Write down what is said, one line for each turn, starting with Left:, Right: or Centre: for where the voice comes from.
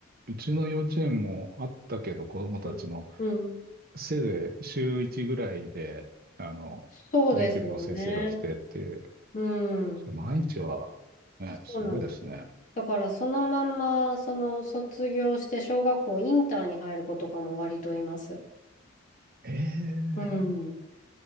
Right: うちの幼稚園もあったけど、子供たちの
Left: うん。うん。
Right: せいぜい週1ぐらいで、あの、
Left: そうですよね。
Right: ネイティブの先生が来てっていう、
Left: う
Right: それ毎日は、
Left: ん。
Right: ね、
Left: そうなんです。
Right: すごいですね。
Left: だからそのまんま、その卒業して小学校インターに入る子とかも割といます。
Right: ええ、
Left: うん。